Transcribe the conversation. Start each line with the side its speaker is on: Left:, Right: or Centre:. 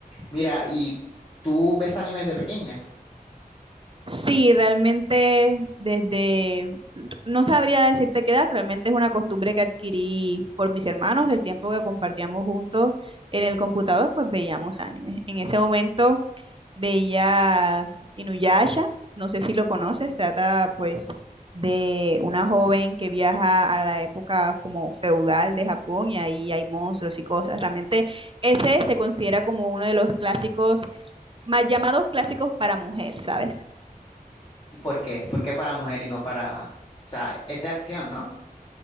Left: mira, ¿y tú ves animes de pequeña?
Right: Sí, realmente desde, no sabría decirte qué edad, realmente es una costumbre que adquirí por mis hermanos, el tiempo que compartíamos juntos en el computador, pues veíamos anime. En ese momento Veía Inuyasha, no sé si lo conoces, trata pues de una joven que viaja a la época como feudal de Japón y ahí hay monstruos y cosas. Realmente ese se considera como uno de los clásicos, más llamados clásicos para mujer, ¿sabes?
Left: ¿Y por qué? ¿Por qué para mujer y no para... O sea, es de acción, ¿no?